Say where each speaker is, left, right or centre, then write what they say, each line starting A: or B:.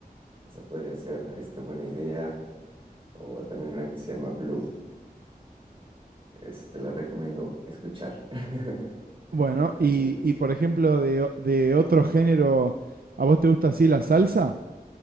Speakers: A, on the right; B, on the right.
A: Esa podría ser este, buena idea. O también una que se llama Blue. Este, la recomiendo escuchar. <laughs>
B: Bueno,
A: Pero
B: y,
A: Sí, sí,
B: y
A: sí.
B: por ejemplo, de, o- de otro género, ¿a vos te gusta así la salsa?